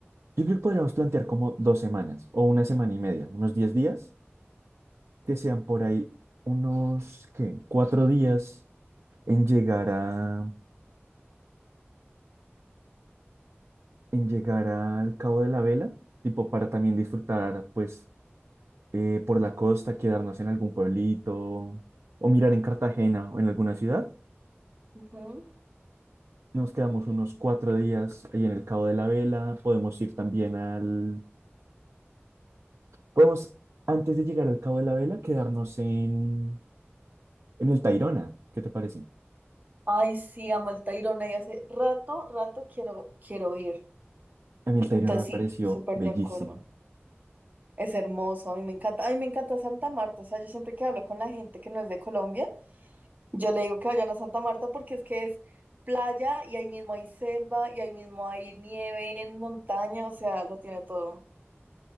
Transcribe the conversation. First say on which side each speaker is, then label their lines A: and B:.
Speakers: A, on the right; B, on the right.
A: yo creo que podríamos plantear como dos semanas o una semana y media, unos 10 días, que sean por ahí unos, ¿qué? Cuatro días en llegar a, en llegar al Cabo de la Vela, tipo para también disfrutar, pues, eh, por la costa, quedarnos en algún pueblito o mirar en Cartagena o en alguna ciudad.
B: Ujú.
A: Nos quedamos unos cuatro días ahí en el Cabo de la Vela. Podemos ir también al... Podemos, antes de llegar al Cabo de la Vela, quedarnos en, en el Tayrona. ¿Qué te parece?
B: Ay, sí, amo el Tayrona y hace rato, rato quiero, quiero ir.
A: A mí el Tayrona
B: Entonces
A: me
B: sí,
A: pareció
B: súper
A: bellísimo.
B: de acuerdo. Es hermoso, a mí me encanta, a mí me encanta Santa Marta, o sea, yo siempre que hablo con la gente que no es de Colombia, Yo le digo que vayan a Santa Marta porque es que es playa y ahí mismo hay selva y ahí mismo hay nieve en montaña, o sea, lo tiene todo.